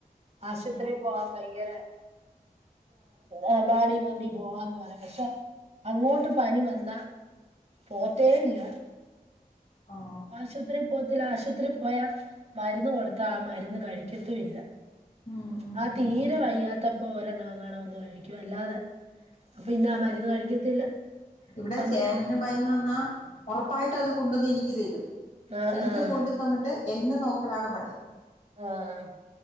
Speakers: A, on the right (about 45°); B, on the left (about 55°).
A: ആശുപത്രിയിൽ പോകൻ ഭയങ്കര ആ ബാടി വാടി പോവാ പക്ഷെ അങ്ങോട്ട് പനി വന്നാ പോവ ത്തേ ഇല്ല
B: ആ
A: ആശുപത്രിയിൽ പോത്തില്ല ആശുപത്രിയിൽ പോയാ മരുന്ന് കൊടുത്ത ആ മരുന്ന് കഴിക്കതും ഇല്ല
B: ഉം ഉം
A: ആ തീരെ
B: ഉം
A: വയ്യാആത്ത അപ്പൊ ഒരെണ്ണം അങ്ങാണ ഒന്ന കഴിക്കും അല്ലാതെ അപ്പൊ പിന്ന ആ മരുന്ന് കഴിക്കത്തില്ല
B: ഇവിടെ
A: നമ്മളെടുത്ത്
B: ചേനന്ന് പനി വന്നാ ഉറപ്പായിട്ട് അത് കൊണ്ടുവന്ന് എനിക്ക് രും
A: ആഹ്
B: എനിക്ക്
A: ആഹ്
B: കൊണ്ടു തന്നിട്ട് എന്നെ നോക്കലാണ് പണി
A: ആഹ്